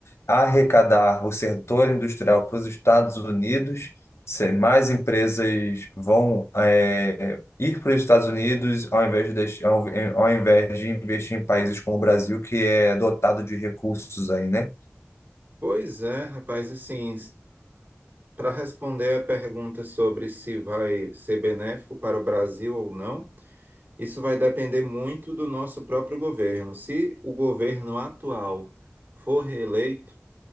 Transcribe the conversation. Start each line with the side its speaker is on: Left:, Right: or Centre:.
Left: arrecadar o setor industrial para os Estados Unidos, se mais empresas vão eh, ir para os Estados Unidos ao invés de, deix- ao, ao invés de investir em países como o Brasil, que é dotado de recursos aí, né?
Right: Pois é, rapaz, assim, para responder a pergunta sobre se vai ser benéfico para o Brasil ou não, isso vai depender muito do nosso próprio governo. Se o governo atual for reeleito,